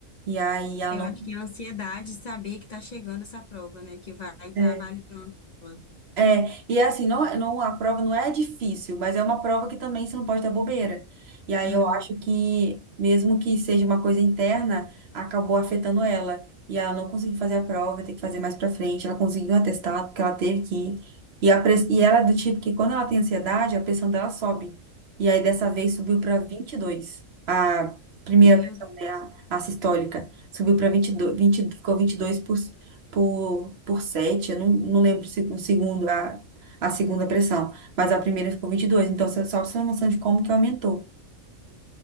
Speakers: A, on the right; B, on the left.
A: E aí ela
B: Eu
A: não.
B: acho que é a ansiedade de saber que tá chegando essa prova, né? Que vai estar
A: é,
B: tá avaliando ela.
A: É, e é assim, não, é, não, a prova não é difícil, mas é uma prova que também você não pode dar bobeira. E aí
B: Uhum.
A: eu acho que, mesmo que seja uma coisa interna, acabou afetando ela. E ela não conseguiu fazer a prova, tem que fazer mais pra frente. Ela conseguiu um atestado, porque ela teve que ir. E, a, press- e ela é do tipo que, quando ela tem ansiedade, a pressão dela sobe. E aí, dessa vez, subiu pra vinte e dois A primeira
B: Meu
A: pressão,
B: Deus.
A: né, a, a sistólica, subiu para 22 20 ficou 22%, por, por 7 eu não, não lembro se- o segundo, a, a segunda pressão, mas a primeira ficou 22 então você- só pra você ter uma noção de como que aumentou.